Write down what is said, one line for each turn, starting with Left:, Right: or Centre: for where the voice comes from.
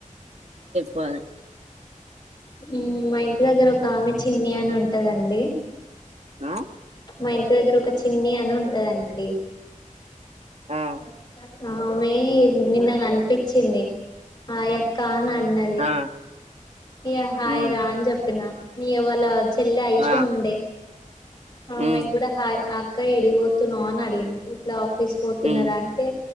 Right: పాలే
Left: మ్ మా ఇంటి దగ్గర ఒక ఆమె చిన్ని అని ఉంటాదండి
Right: ఆ
Left: మా ఇంటి దగ్గర ఒక చిన్ని అన్నీ ఉంటదండి
Right: ఆ
Left: వస్తా ఆమె నిన్న కనిపించింది ఆ అక్క అని అన్నది
Right: ఆ
Left: ఇగ హాయ్
Right: ఉమ్
Left: రా అని చెప్పిన నీ అవాలదు చెల్లె ఐశంతో
Right: ఆ
Left: ఉండే ఆమె
Right: ఉమ్
Left: కూడా హాయ్ హా అక్క ఏడీకిపోతున్నావ్ అని అడిగి న ఇగ తీసుకపోతున్నారా
Right: ఉమ్
Left: అంటే